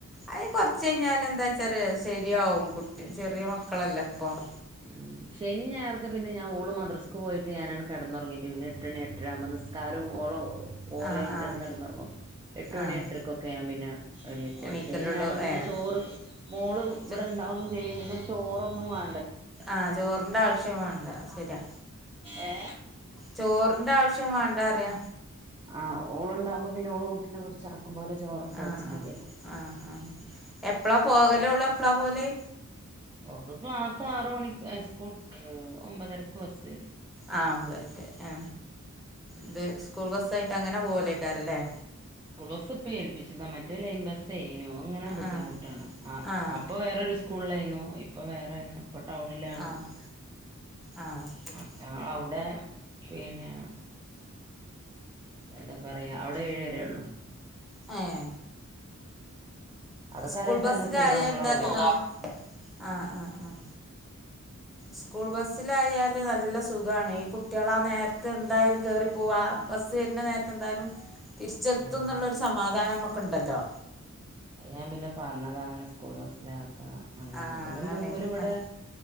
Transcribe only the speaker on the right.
ഉം ശെനിംഞായറൊക്കെ പിന്നെഞാ ഓള് മദ്രസ്ക്ക്പോയിട്ട് ഞാനാണ് കട്ന്നൊർങ്ങീട്ട് പിന്നെഎട്ടണിഎട്ടരാമ്പോ നിസ് നിസ്കാരോം ഓളെ ഓലെയ്റ്റാണ്ട്
കെടന്നൊർങ്ങും. എട്ടുമണി
എട്ടരക്കൊക്കെ ഞാൻ പിന്നെ എണീകൊള്ളു
ശെനീംഞായറും പിന്നെ
ചോറ് മോള് ഇവിടെ
ഇണ്ടാവും ചെയ്യും പിന്നെ ചോറൊന്നും വാ
ഏഹ്
ആ ഓള്ണ്ടകുമ്പോ പിന്നെ ഓള് കുട്ടിനെ പിടിച്ചാ ആക്കംപോലെ ചോറൊക്കെ
വെച്ചാ
മതിയല്ലോ
ഓക്ക് ക്ലാസ്സാറ്മണിക്ക് എ സ്കൂൾ ഒമ്പതരക്ക് ബസ്സെരും
സ്കൂൾ ബസ്സ്‌പ്പോൽപ്പിച്ചതാ മറ്റേ ലൈൻ ബസ് തെയ്നൂ അങ്ങനെ ബുദ്ധിമുട്ടാണ്
അപ്പൊ വേറൊരു സ്കൂളിലായിനു ഇപ്പൊ വേറേണ് ഇപ്പ ടൗണിലാണ്
ആഹ് ഞങ്ങങ്ങളവുടെ പിന്നെ എന്താ പറയാ അവിടെ ഏഴു വരേഒള്ളൂ
അതൊക്കെ
ആലോചിച്ചാ
നല്ല സുഖാ നമ്മളവിടെ
ഉം
ഞാൻ പിന്നെ പറഞ്ഞതാ അങ്ങനെ സ്കൂൾ ബസ്സിലാക്കാ അങ്ങനെ
പിന്നെ
മൂപ്പര് ഇവിടെ